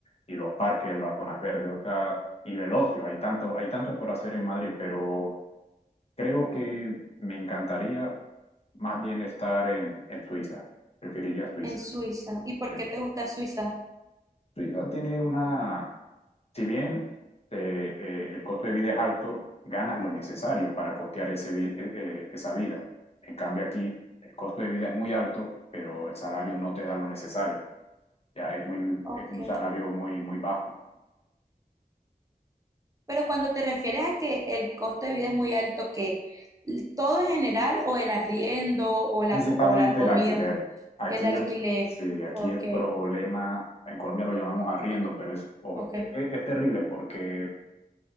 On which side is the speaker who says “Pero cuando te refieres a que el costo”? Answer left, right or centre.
Right